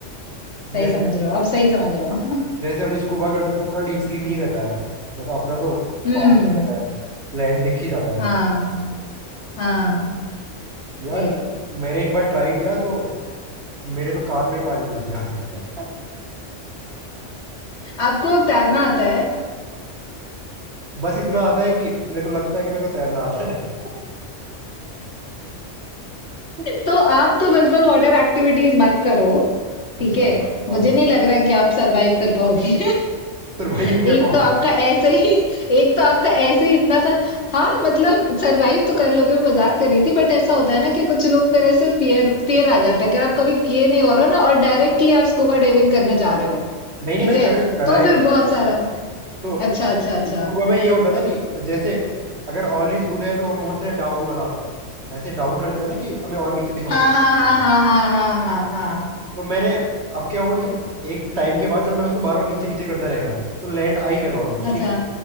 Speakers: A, on the left; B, on the right.
A: सही
B: जैसे
A: समझ रहे हो अब सही समझ रहे हो <laughs>
B: जैसे हम स्कूबा करते हैं तो उतना डीप सी नहीं रहता है मतलब अपना तो
A: हम्म
B: पार रहता है लैंड दिख ही जाता
A: हाँ
B: है
A: हाँ
B: यार
A: वही
B: मैंने एक बार ट्राई किया तो मेरे तो कान में ही पानी घुस गया <laughs>
A: आपको तैरना आता है
B: बस इतना आता है कि मेरे को लगता है कि मेरे को तैरना आता है <laughs>
A: तो आप तो बिल्कुल वाटर एक्टिविटीज मत करो
B: अच्छा
A: ठीक है
B: हाँ
A: मुझे नहीं लग रहा कि आप सरवाइव कर पाओगे <laughs>
B: सरवाइव नहीं कर
A: एक
B: पाऊंगा
A: तो आपका ऐसे ही एक तो आपका ऐसे ही इतना सा हाँ मतलब सरवाइव तो कर लोगे मैं मजाक कर रही थी बट ऐसा होता है ना कि कुछ लोग फिर ऐसे फियर फियर आ जाता है अगर आप कभी किए नहीं हो रहा ना और डायरेक्टली आप स्कूबा डाइविंग करने जा रहे हो
B: नहीं नहीं
A: ठीक
B: मैंने
A: है
B: कर, करा
A: तो
B: एक
A: फिर
B: बार
A: बहुत सारा
B: तो
A: अच्छा
B: अब
A: अच्छा अच्छा
B: स्कूबा में ये होता है ना कि जैसे अगर ऑल इज गुड है तो हम बोलते हैं डाउन वाला ऐसे डाउन करते हैं ना कि हमें और नीचे दिखाओ
A: हाँ हाँ हाँ
B: हाँ
A: हाँ हाँ हाँ हाँ हाँ
B: तो मैंने अब क्या हुआ कि एक टाइम के बाद जब मैं उसको बार बार नीचे नीचे करता रह गया तो लैंड आ ही गया था ऑलमोस्ट
A: अच्छा
B: ठीक है